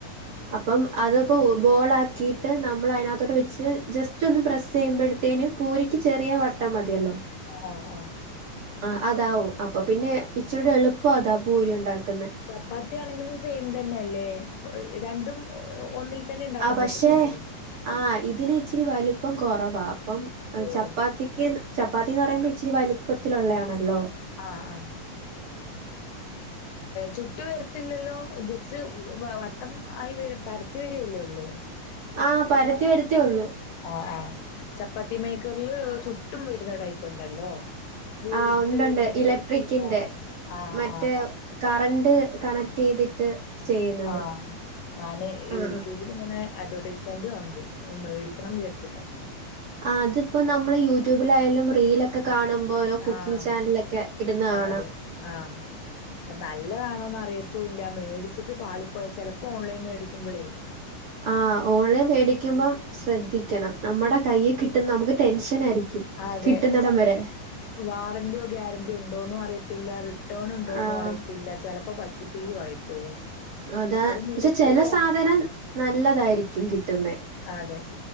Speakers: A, on the right; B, on the left.
A: അപ്പം അതിപ്പോ ബോളാക്കിയിട്ട് നമ്മൾ അയിനകത്തോട്ട് വെച്ച് ജസ്റ്റ് ജസ്റ്റൊന്ന് പ്രസ് ചെയ്യുമ്പോഴത്തേനും പൂരിക്ക് ചെറിയ വട്ടം മതിയല്ലോ
B: ആ ആ
A: ആ അതാവും അപ്പൊ പിന്നെ ഇച്ചുടെ എളുപ്പം അതാ ഭൂരി ഉണ്ടാക്കുന്നെ
B: ചപ്പാത്തിയാണെങ്കിലും സെയിം തന്നെ അല്ലേ രണ്ടും ഒന്നിൽ തന്നെ ഉണ്ടാക്കാൻ
A: ആ പക്ഷേ
B: പറ്റത്തില്ലേ
A: ആ ഇതിന് ഇച്ചിരി വലുപ്പം കൊറവാ അപ്പം
B: ഓ
A: ചപ്പാത്തിക്ക്
B: ഓ
A: ചപ്പാത്തിന്ന് പറയുമ്പോ ഇച്ചിരി വലുപ്പത്തിലുള്ളയാണല്ലോ
B: ആഹ് ആഹ് ചുട്ട് വരത്തില്ലല്ലോ ജസ്റ്റ് വട്ടം ആയി പരത്തി വരില്ലോള്ളൂ
A: ആഹ് പരത്തി വരത്തേ ഉള്ളൂ
B: ആഹ് ആഹ് ചപ്പാത്തി മേക്കറില് ചുട്ടും വരുന്ന ടൈപ്പ് ഉണ്ടല്ലോ വീർത്ത്
A: ആഹ് ഉണ്ട്ണ്ട്
B: വരുന്നത്
A: ഇലക്ട്രിക്കിന്റെ
B: ആഹ് ആഹ്
A: മറ്റേ
B: ആഹ്
A: കറണ്ട് കണക്ട് ചെയ്തിട്ട് ചെയ്യുന്നത്
B: ആഹ ഞാന് യൂട്യൂബ്
A: ആഹ്
B: അങ്ങെ അഡവെർൈസ്മെന്റ് കണ്ടു മേടിക്കണം വിചാരിച്ചിട്ടാ
A: അത്തിപ്പോ നമ്മള് യൂട്യൂബിലായാലും റീലൊക്കെ കാണുമ്പോ ഓരോ കുക്കിംഗ്
B: ആഹ്
A: ചാനൽ ഒക്കെ ഇടുന്നതാണ്
B: അതെ ആഹ് നല്ലതാണോന്ന് അറിയത്തൂ ഇല്ല മേടിച്ചിട്ട് പാളപ്പോ പോയ ചിലപ്പോ ഓൺലൈൻ മേടിക്കുമ്പോളേ
A: ആഹ് ഓൺലൈൻ മേടിക്കുമ്പം ശ്രദ്ധിക്കണം നമ്മുടെ കൈയിൽ കിട്ടുന്ന നമുക്ക് ടെൻഷൻ ആയിരിക്കും
B: അതെ
A: ന്നടം വരെ
B: വാറന്റിയോ ഗ്യാരണ്ടി ഇണ്ടോന്നും അറിയത്തില്ല റിട്ടേൺ ഉണ്ടോന്നും
A: ആഹ്
B: അറിയത്തില്ല ചിലപ്പോ പ റ്റിപ്പേരു ആയി പോവും
A: അതാ
B: അതും
A: പക്ഷെ
B: ഇലക്ട്രിക്ക
A: ചില സാധനം നല്ലതായിരിക്കും കിട്ടുന്നെ
B: അതെ